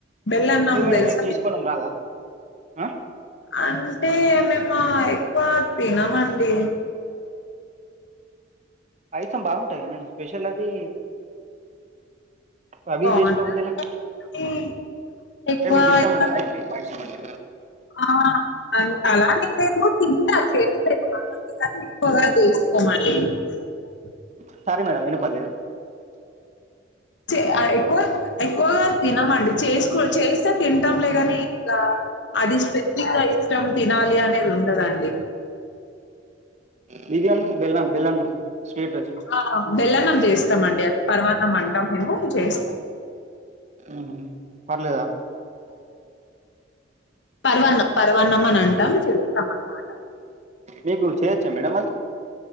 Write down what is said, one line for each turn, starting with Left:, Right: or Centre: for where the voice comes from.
Left: బెల్లన్నం
Right: ఎందుకు మేడం
Left: తెలుసా
Right: చేసుకోవడం
Left: మీకు
Right: రాదా ఆ
Left: అంటే మేము ఆ ఎక్కువ తినమండి
Right: పాయసం బాగుంటాదిగా మేడం స్పెషల్ అది పవి
Left: బావుంటది
Right: జేస్కోకపోతే ఎలా
Left: కానీ ఎక్కువ
Right: అంటే మీకు ఇష్టం
Left: ఇలా
Right: ఉండదా ఏంటి పాయసం అంటే
Left: ఆ అ అలాని ఎం లేదు తింటా చేస్తే ఎక్కువగా చేసుకోమండి అ
Right: ససారీ మేడం వినపడ్లేదు
Left: చె ఎక్కువ ఎక్కువగా తినమండి చేసుకో చేస్తే తింటాం లేదానే ఇంకా అది స్పెసిఫిక్ గా ఇష్టం తినాలి అనేది ఉండదండి
Right: బియ్యుము బెల్లం బెల్లానం స్వీట్ రైస్
Left: ఆ! బెల్లన్నం చేస్తామండి అది పర్వాన్నం అంటాం మేము చేస్తాం
Right: ఉహు పర్లేదా
Left: పర్వన్నం పర్వన్నం అని అంటాం చెస్తాం అన్నమాట
Right: మీకు చేయ్యొచ్చా మేడం అది